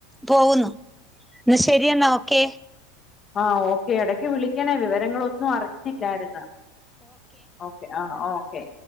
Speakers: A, in the centre; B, on the left (about 30°).
A: പോകുന്നു ന്ന ശരിയെന്നാ ഓക്കെ
B: ആഹ് ഓക്കെ ഇടക്ക് വിളിക്കണേ വിവരങ്ങളൊന്നും അറിഞ്ഞില്ലായിര്ന്ന് ഓക്കെ ആഹ് ഓക്കെ